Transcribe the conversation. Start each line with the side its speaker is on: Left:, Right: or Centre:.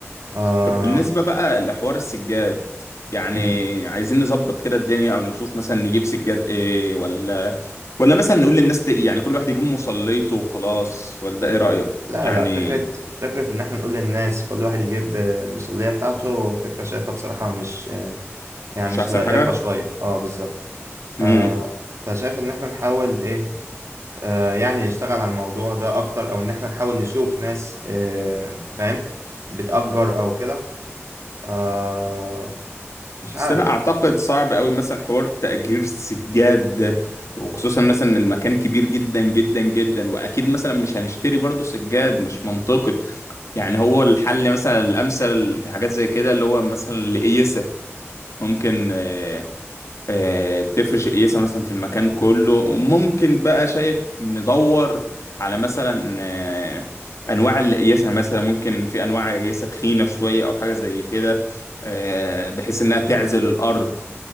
Right: آه
Left: طب بالنسبة بقى لحوار السجاد يعني
Right: مم.
Left: عايزين نظبط كده الدنيا او نشوف مثلا نجيب سجاد ايه ولا ولا مثلا نقول للناس ت... يعني كل واحد يجيب مصليته وخلاص ولا ايه رأيك
Right: لا
Left: يعني
Right: لا فكرة فكرة إن إحنا نقول للناس كل واحد يجيب آه، مصلية بتاعته فكرة شايفها بصراحة مش يعني
Left: مش
Right: مش
Left: احسن
Right: لائقة
Left: حاجة
Right: شوية اه بالظبط
Left: امم
Right: آه فشايف ان احنا نحاول ايه آه يعني نشتغل على الموضوع ده اكتر او ان احنا نحاول نشوف ناس آه فاهم بتأجر او كده آه مش عارف
Left: بس انا اعتقد صعب قوي مثلا حوار تأجير سجاد ده، وخصوصا مثلا إن المكان كبير جدا جدا جدا واكيد مثلا مش هنشتري برضو سجاد مش منطقي يعني هو الحل مثلا الامثل في حاجات زي كده اللي هو مثلا القيسة ممكن آه، آه، تفرش قيسة مثلا في المكان كله وممكن بقى شايف ندور على مثلا آه، انواع القياسة مثلا ممكن في انواع قياسة تخينة شوية او حاجة زي كده آه، بحيث انها تعزل الارض